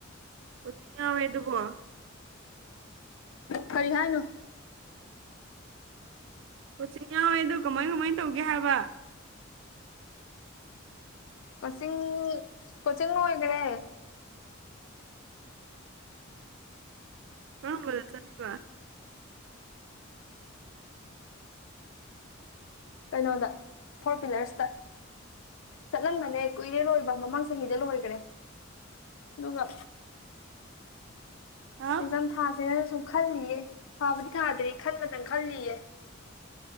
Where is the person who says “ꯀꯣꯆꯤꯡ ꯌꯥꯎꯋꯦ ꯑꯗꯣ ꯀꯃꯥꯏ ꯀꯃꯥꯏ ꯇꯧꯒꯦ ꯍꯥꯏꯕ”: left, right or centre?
Right